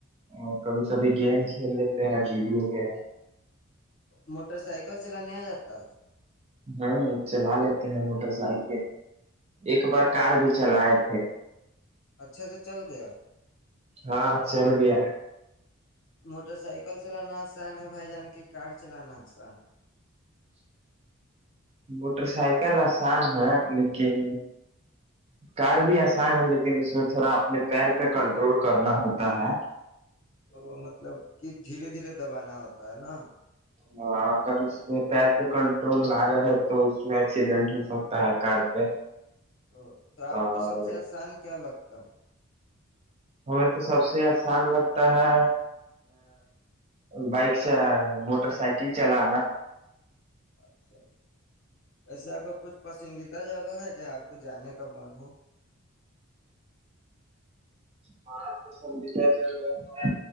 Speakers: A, on the right; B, on the left.
A: اور کبھی کبھی گیم کھیل لیتے ہیں ویڈیو کے
B: موٹر سائیکل چل نہیں آ جاتا
A: ہاں چلا لیتے ہیں موٹر سائیکل ایک بار کار بھی چلائے تھے
B: اچھے سے چل گیا
A: ہاں چل گیا
B: موٹر سائیکل چلانا آسان ہے بھائی جان کی کار چلانا آسان
A: موٹر سائیکل آسان ہے لیکن کار بھی آسان ہے لیکن اس میں تھوڑا اپنے پیر پہ کنٹرول کرنا ہوتا ہے
B: تو مطلب کہ دھیرے دھیرے دبانا ہوتا ہے نا
A: ہاں اگر اس میں پیر پہ کنٹرول نہ رہے تو اس میں ایکسیڈنٹ ہو سکتا ہے کار پہ
B: ا تو آپ
A: اور
B: کو سب سے آسان کیا لگتا ہاں
A: ہمیں تو سب سے آسان لگتا ہے بائک سے موٹر سائیکل چلانا
B: اچھا ایسے آپ کا کچھ پسندیدہ جگہ ہے جہاں آپ کو جانے کا من ہو
A: ب پسندیدہ جگہ ہے